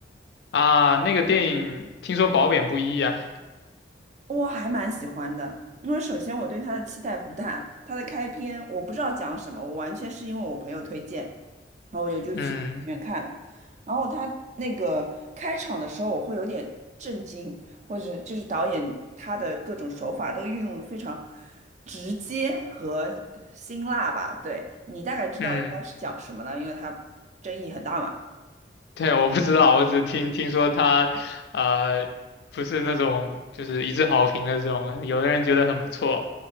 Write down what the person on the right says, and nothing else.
我还蛮喜欢的，因为首先我对他的期待不大，他的开篇我不知道讲什么，我完全是因为我朋友推荐，然后我就就去里面看了。
然后他那个开场的时候，我会有点震惊，或者就是导演他的各种手法都运用的非常直接和辛辣吧。对，你大概知道应该是讲什么呢，
因为他争议很大嘛。